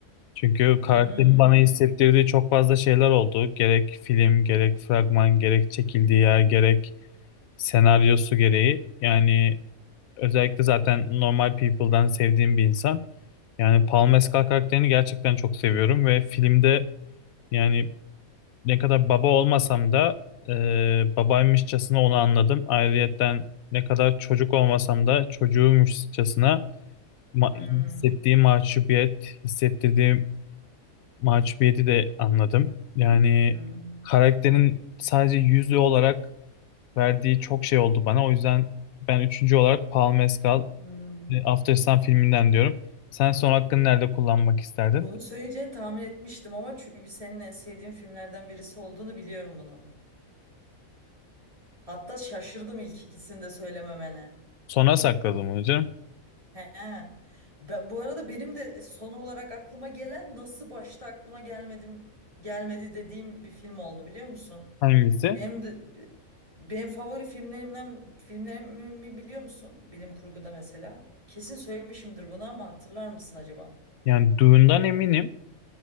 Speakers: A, on the left (about 80°); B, on the right (about 25°).
A: Çünkü karakterin
B: Hmm.
A: bana hissettirdiği çok fazla şeyler oldu. Gerek film, gerek fragman, gerek çekildiği yer, gerek senaryosu gereği. Yani Özellikle zaten Normal People'dan sevdiğim bir insan. Yani Paul Mescal karakterini gerçekten çok seviyorum ve filmde yani ne kadar baba olmasam da e, babaymışçasına onu anladım. Ayrıyetten ne kadar çocuk olmasam da çocuğuymuşçasına ma-
B: Hmm.
A: hissettiği mahcubiyet, hissettirdiği mahcubiyeti de anladım. Yani
B: Hmm.
A: karakterin sadece yüzü olarak verdiği çok şey oldu bana. O yüzden ben üçüncü olarak Paul Mescal
B: Hmm.
A: E, After Sun filminden diyorum. Sen son hakkını nerede kullanmak isterdin?
B: Bunu söyleyeceğini tahmin etmiştim ama çünkü senin en sevdiğin filmlerden birisi olduğunu biliyorum bunu. Hatta şaşırdım ilk ikisini de söylememene.
A: Sona sakladım onu canım.
B: He. Be- bu arada benim de son olarak aklıma gelen nasıl başta aklıma gelmedim gelmedi dediğim bir film oldu biliyor musun?
A: Hangisi?
B: Benim de benim favori filmlerimden filmlerimi biliyor musun? Bilim kurguda mesela. Kesin söylemişimdir bunu ama hatırlar mısın acaba?
A: Yani Dune'dan eminim.